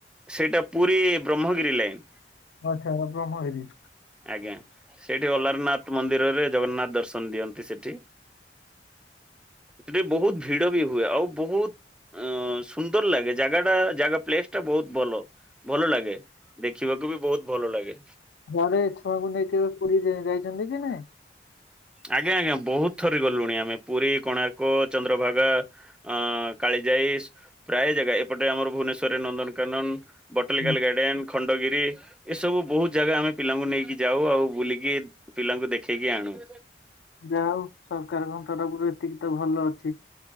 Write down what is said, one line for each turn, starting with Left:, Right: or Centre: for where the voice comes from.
Centre: ସେଇଟା ପୁରୀ ବ୍ରହ୍ମଗିରି ଲାଇନ୍।
Left: ଆଚ୍ଛା, ବ୍ରହ୍ମଗିରି।
Centre: ଆଜ୍ଞା। ସେଇଠି ଅଲାରନାଥ୍ ମନ୍ଦିରରେ ଜଗନ୍ନାଥ ଦର୍ଶନ ଦିଅନ୍ତି ସେଠି। ସେଠି ବହୁତ ଭିଡ ବି ହୁଏ ଆଉ ବହୁତ ଅ ସୁନ୍ଦର ଲାଗେ ଜାଗା ଟା ଜାଗା ପ୍ଲେସ ଟା ବହୁତ ଭଲ। ଭଲ ଲାଗେ ଦେଖିବାକୁ ବି ବହୁତ ଭଲ ଲାଗେ।
Left: ଘରେ ଛୁଆଙ୍କୁ ନେଇ କେବେ ପୁରୀ ଯା- ଯାଇଛନ୍ତି ନାଇଁ।
Centre: ଆଜ୍ଞା ଆଜ୍ଞା ବହୁତ ଥର ଗଲୁଣି ଆମେ ପୁରୀ, କୋଣାର୍କ, ଚନ୍ଦ୍ରଭାଗା ଆ କାଳି ପ୍ରାୟ ଜାଗା ଏପଟେ ଆମର ଭୁବନେଶ୍ଵରରେ ନନ୍ଦନକାନନ ବଟାନିକାଲ
Left: ନା।
Centre: ଗାର୍ଡେନ ଖଣ୍ଡଗିରି ଏସବୁ ବହୁତ ଜାଗା ଆମେ ପିଲାଙ୍କୁ ନେଇକି ଯାଉ ଆଉ ବୁଲିକି ପିଲାଙ୍କୁ ଦେଖେଇକି ଆଣୁ।
Left: ଯା ହଉ ସରକାରଙ୍କ ତରଫରୁ ଏତିକି ତ ଭଲ ଅଛି।